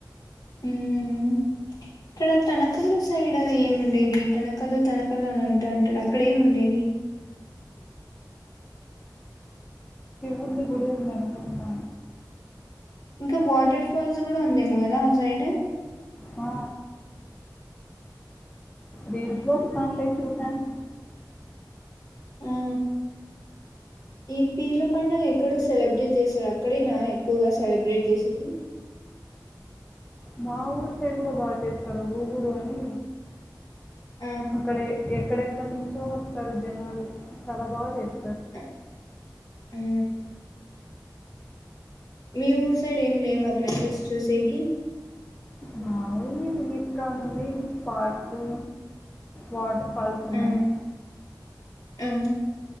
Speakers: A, on the left; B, on the left.
A: ఉమ్ ఇక్కడ తనకల్లు సైడ్ ఏముండేది తనకల్లు తనకల్లు అని అంటాంటారు అక్కడ ఏముండేది
B: ఉంది గుడి ఉందనుకుంటా
A: ఇంకా వాటర్ ఫాల్స్ కూడా ఉందేమో కదా ఆ సైడ్
B: ఆ, రీల్స్ లో వస్తా ఉంటే చూసాన్
A: ఆ ఈ పీర్ల పండుగ ఎక్కడో సెలబ్రేట్ చేస్తారూ, అక్కడేనా ఎక్కువగా సెలబ్రేట్ చేసేది.
B: మా ఊరు సైడ్ కూడా బాగా చేస్తారు గుగుడు అని
A: ఆ
B: అక్కడ ఎ-ఎక్కడెక్కడ నుంచో వస్తారు జనాలు చాలా బాగా చేస్
A: ఆ ఆ మీ ఊరు సైడ్ ఏం లేవు ప్లేసెస్ చూసేకి
B: మామూలుగా ఇస్కాన్ ఉంది ఫాట్టు వాటర్ ఫాల్స్ ఉన్నాయి
A: ఆ ఆ